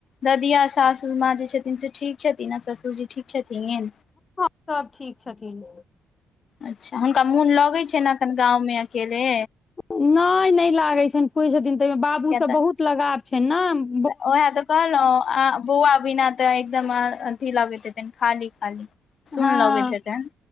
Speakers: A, on the left; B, on the left.
A: ददिया सासू सासु माँ जे छथिन से ठीक छथिन आओ ससुरजी ठीक छथिन
B: हँ सब ठीक छथिन
A: अच्छा हुनका मोन लगैत छन एखन गाँवमे अकेले
B: नहि नहि लागैत छनि किछ दिन तऽहिमे बाबू
A: किया
B: सब
A: तऽ
B: बहुत लगाव छनि नऽ
A: तऽ ओह तऽ कहलूआ बोआ बिना तऽ एकदम अथी लगैत हतय एकदम खाली खाली सुन
B: हँ
A: लगैत हेतनि